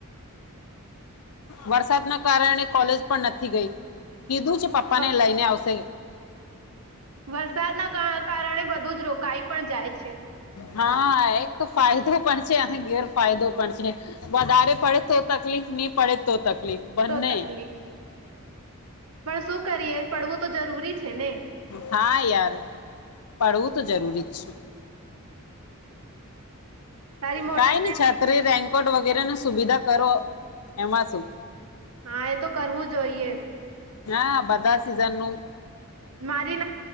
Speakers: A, on the left; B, on the right.
A: વરસાદ ના કારણે કોલેજ પણ નથી ગઈ કીધું છે પપ્પા
B: વ-
A: ને લઈને આવશે
B: વરસાદના કા- કારણે બધું જ રોકાઈ પણ જાય છે
A: હા એક તો ફાયદો પણ છે અને ગેરફાયદો પણ છે વધારે પડે તો તકલીફ ની પડે તો તકલીફ બંને
B: તો તકલીફ પણ શું કરીએ પડવું તો જરૂરી છે ને
A: હા યાર પડવું તો જરૂરી છે
B: તારી મોટી
A: કઈ ન છત્રી રેન્કોટ વગેરે ન. સુવિધા કરો એમાં શું.
B: હા એ તો કરવું જોઈએ.
A: હા બધા સિઝન નું
B: મારી